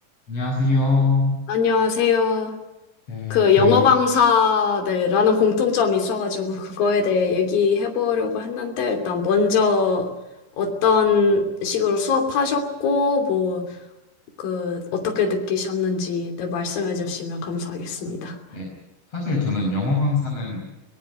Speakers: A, on the left; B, on the left.
A: 안녕하세요.
B: 안녕하세요.
A: 네,
B: 그
A: 네, 저희,
B: 영어 강사네라는 공통점이 있어가지고 그거에 대해 얘기해 보려고 했는데 일단 먼저
A: 네,
B: 어떤 식으로 수업하셨고 뭐
A: 네.
B: 그 어떻게 느끼셨는지 네, 말씀해 주시면 감사하겠습니다.
A: 아, 네. 사실 저는 영어 강사는